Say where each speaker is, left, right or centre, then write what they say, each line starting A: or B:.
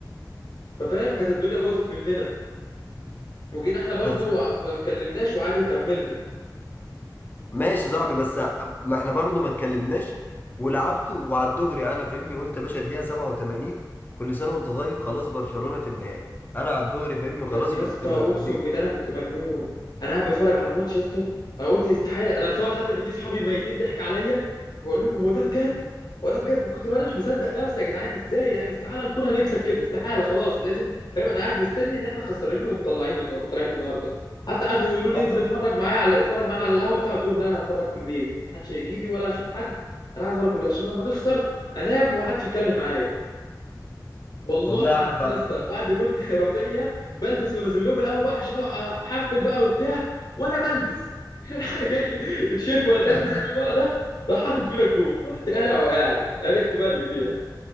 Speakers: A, on the left; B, on the left.
A: ففاهم كانت الدنيا باظت مننا وجينا احنا برضو
B: بس
A: وع- ما اتكلمناش وعادي وكملنا
B: ماشي يا صاحبي بس ما احنا برضو ما اتكلمناش ولعبته وعلى الدغري انا فاهمني قلت يا باشا الدقيقه 87 كل سنه وانت طيب خلاص برشلونه في النهائي انا على الدغري فاهمني وخلاص
A: يا يا
B: وكنت
A: اسطى
B: ب-
A: اقسم
B: ب-
A: بالله انا كنت مجنون انا قاعد بتفرج على الماتش يا اسطى انا قلت استحاله انا مصور حتى فيديو صحابي ميتين ضحك عليا بقول لهم هو ده بجد هو ده بجد من كتر ما انا مش مصدق نفسي يا جدعان ازاي احنا استحاله نكون هنكسب كده استحاله خلاص لازم فاهم انا قاعد مستني ان احنا خسرانين ومطلعين الن- وطالعين النهارده حتى قعدوا يقولوا لي
B: أو-
A: انزل اتفرج معايا على اتفرج معانا على القهوه بتاع قلت لهم لا انا هتفرج في البيت محدش هيجي لي ولا هشوف حد انا عايز اتفرج في البيت عشان لما نخسر انام ومحدش يتكلم معايا والله
B: والله
A: العظيم
B: يا عم فاهمك
A: يا اسطى بعد جون رافينيا بلبس ونازل لهم القهوه بقى عشان احفل بقى وبتاع وانا بلبس <laughs> راح جاي الشرب ولا مش عارف
B: <laughs>
A: اسمه مين ولا ده راح حاطط فينا الجون رحت قالع وقاعد عرفت بقى اللي فيها